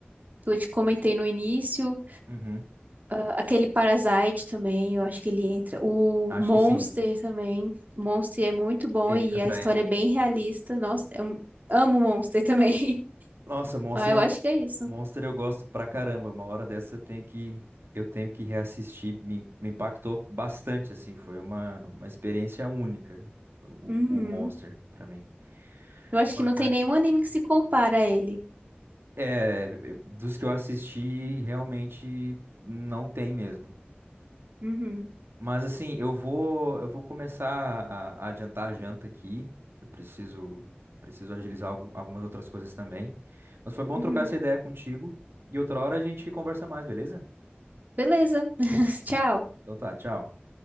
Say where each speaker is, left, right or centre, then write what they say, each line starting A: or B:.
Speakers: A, on the right (about 45°); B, on the right (about 70°).
A: que eu te comentei no início.
B: uhum.
A: Ah, aquele Parasite também, eu acho que ele entra. O
B: Acho
A: Monster
B: que sim.
A: também. O Monster é muito bom
B: É,
A: e
B: entra,
A: a história
B: entra.
A: é bem realista. Nossa, eu amo o Monster também. <laughs>
B: Nossa, Monster
A: Ah, eu
B: eu,
A: acho que é isso.
B: Monster eu gosto pra caramba. Uma hora dessa eu tenho que eu tenho que reassistir. Me, me impactou bastante, assim. Foi uma, uma experiência única, o,
A: Uhum.
B: o Monster, pra mim.
A: Eu acho
B: Mas,
A: que não tem nenhum anime que se compara a ele.
B: é, dos que eu assisti, realmente não tem mesmo.
A: Uhum.
B: Mas assim, eu vou eu vou começar a, a adiantar a janta aqui. que Eu preciso preciso agilizar algu- algumas outras coisas também. Mas foi bom
A: Uhum.
B: trocar essa ideia contigo e outra hora a gente conversa mais, beleza?
A: Beleza. <laughs> Tchau.
B: Então tá, tchau.